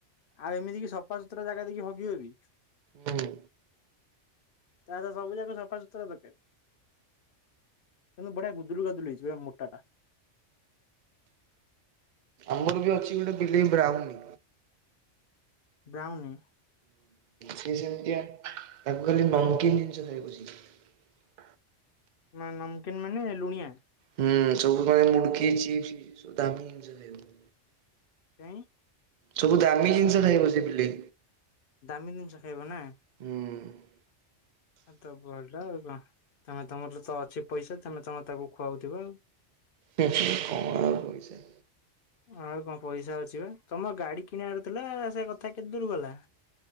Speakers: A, on the left (about 55°); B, on the right (about 60°).
A: ଆଉ ଏମିତିକି ସଫା ସୁତୁରା ଜାଗା ଦେଖିକି ହଗିବ ବି
B: ହୁଁ
A: ତାର ସବୁ ଯାକ ସଫା ସୁତୁରା ଦକାରେ କିନ୍ତୁ ବଢିଆ ବୁ ଗୁଦୁଲୁ ଗାଦୁଲ ହେଇଚି ବା ମୋଟାଟା।
B: ଆମର ବି ଅଛି ଗୋଟେ ବିଲେଇ ବ୍ରାଉନି
A: ବ୍ରାଉନି।
B: ସେ ସେମତିଆ ତାକୁ ଖାଲି ନମକିନ୍ ଜିନିଷ ଖାଇବ ସିଏ।
A: ମା ନମକିନ୍ ମାନେ ଲୁଣିଆ?
B: ହୁଁ ସବୁ ମାନେ ମୁଡ଼କି, ଚିପ୍ସ ସବୁ ଦାମୀ ଜିନିଷ ଖାଇବ।
A: କାଇଁ?
B: ସବୁ ଦାମୀ ଜିନିଷ ଖାଇବ ସେ ବିଲେଇ।
A: ଦାମୀ ଜିନିଷ ଖାଇବ ନା?
B: ହୁଁ
A: ତ ଭଲ ଆଉ କଣ ତମେ ତମର ତ ଅଛି ପଇସା ତମେ ତମର ତାକୁ ଖୁଆଉଥିବ ଆଉ।
B: <unintelligible> କଣ ପଇସା।
A: ଆଉ କଣ ପଇସା ଅଛି ବା ତମ ଗାଡି କିଣିଆର ଥିଲା ସେ କଥା କେତ୍ ଦୂର ଗଲା?